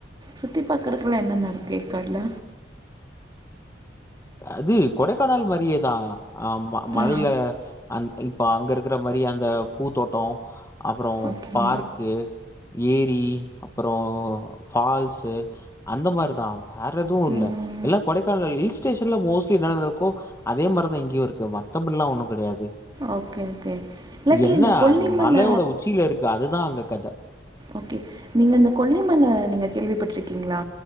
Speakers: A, on the right; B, on the left.
A: சுத்தி பார்கறதுக்கெல்லா என்னென்ன இருக்கு ஏற்காட்ல
B: அது கொடைக்கானல் மாரியேதா ஆமா மலையில
A: ஆ
B: அந் இப்ப அங்க இருக்கிற மாரி அந்த பூ தோட்டோ அப்புறொ
A: ஓகே
B: பார்க்கு ஏரி அப்புறொ ஃபால்ஸு அந்த மாரிதா வேற எதுவு இல்ல
A: ம்
B: எல்லா கொடைக்கானல் ஹில்ஸ் ல மோஸ்லி என்னன்ன இருக்கோ அதே மாரிதா இங்கயு இருக்கு மத்தபடியெல்லா ஒன்னு கெடையாது
A: ஓகே ஓகே இல்லாட்டி
B: என்ன
A: இந்த கொல்லிமல
B: அது மலையோட உச்சியில இருக்கு அதுதா அங்க கதி
A: ஓகே நீங்க இந்த கொல்லிமல நீங்க கேள்விப்பட்டிருக்கீங்ளா